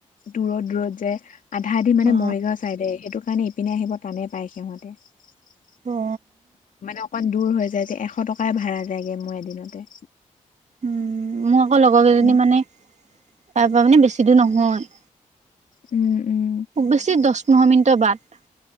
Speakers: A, on the left; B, on the right.
A: দূৰত দূৰত যে, আধা আধি মানে
B: অ
A: মৰিগাঁও চাই সেইটো কাৰণে ইপিনে আহিব টানে পায় সিহঁতে, মই
B: অ
A: মানে অকমান দূৰ হৈ যায় যে, এশ টকাই ভাড়া লাগে মোৰ এদিনতে।
B: উম মোৰ আকৌ লগৰ
A: তেনে
B: কেইজনী মানে, তাৰ পৰা মানে বেছি দূৰ নহয়।
A: উম, উম।
B: খুব বেছি দছ পোন্ধৰ মিনিটৰ বাট।